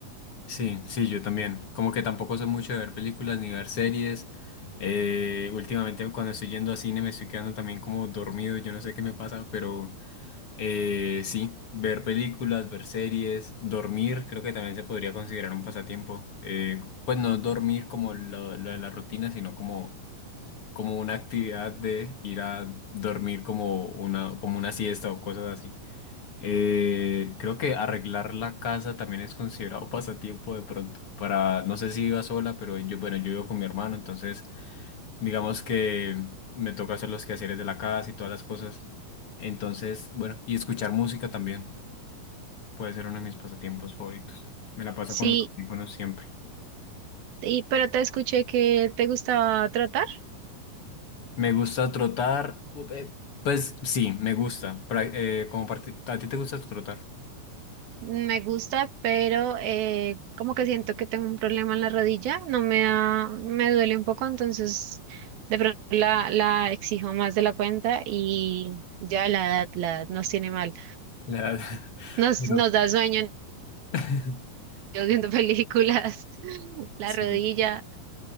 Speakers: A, on the left; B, on the right.
A: Sí, sí, yo también. Como que tampoco soy mucho de ver películas ni ver series. Eh, últimamente cuando estoy yendo a cine me estoy quedando también como dormido, yo no sé qué me pasa, pero eh, sí, ver películas, ver series, dormir, creo que también se podría considerar un pasatiempo. Eh, pues no dormir como lo, lo de la rutina, sino como, como una actividad de ir a dormir como una, como una siesta o cosas así. Eh, creo que arreglar la casa también es considerado <laughs> pasatiempo de pronto. Para, no sé si viva sola, pero yo, bueno, yo vivo con mi hermano, entonces digamos que me toca hacer los quehaceres de la casa y todas las cosas. Entonces, bueno, y escuchar música también puede ser uno de mis pasatiempos favoritos. Me la paso
B: Sí,
A: con los audífonos siempre.
B: y, pero te escuché que te gustaba trotar.
A: Me gusta trotar, u- eh, pues sí, me gusta. pra- eh, como parte- ¿a ti te gusta trotar?
B: Me gusta, pero eh, como que siento que tengo un problema en la rodilla, no me da, me duele un poco, entonces de pronto la, la exijo más de la cuenta y ya la edad, la edad nos tiene mal.
A: La- <laughs>
B: Nos,
A: Pero-
B: nos da sueño
A: <laughs>
B: <laughs> viendo películas, <laughs> la
A: Sí.
B: rodilla,